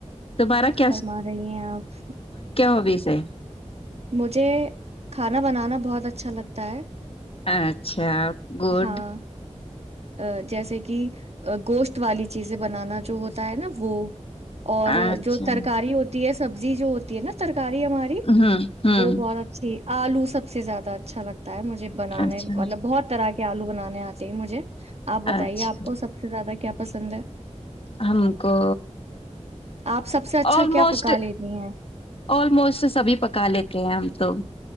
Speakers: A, on the left (about 50°); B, on the right (about 60°).
A: دوبارہ <unintelligible>
B: ما رہی ہیں آپ
A: ہابیز ہے
B: مجھے کھانا بنانا بہت بہت اچھا لگتا ہے
A: اچھا گڈ
B: ہاں ا جیسے کہ گوشت والی چیزیں بنانا جو ہوتا ہے نا وہ اور
A: اچھا
B: جو ترکاری ہوتی ہے سبزی جو ہوتی ہے ن ترک کاری ہماری
A: ہوں ہوں
B: وہ بہت اچھی آلو سب سے زیادہ اچھا لگتا ہے تا ہے مجھے بنانے
A: اچھا
B: مطلب بہت کے آلو بنانے آتے ہی مجھے آپ بتائیے
A: اچھا
B: آپ کو سب سے زیادہ کیا پسند ہے
A: ہم کو
B: آپ سب سے اچھا
A: آلموسٹ
B: کیا پکا لیتی ہیں
A: آلموسٹ سبھی پکا لیتے ہیں ہم تو